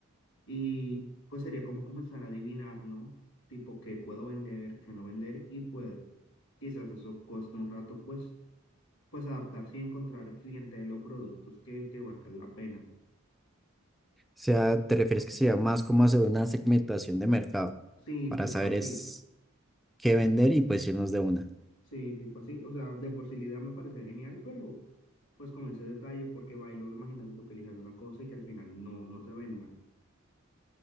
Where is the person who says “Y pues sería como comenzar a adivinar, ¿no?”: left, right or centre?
Left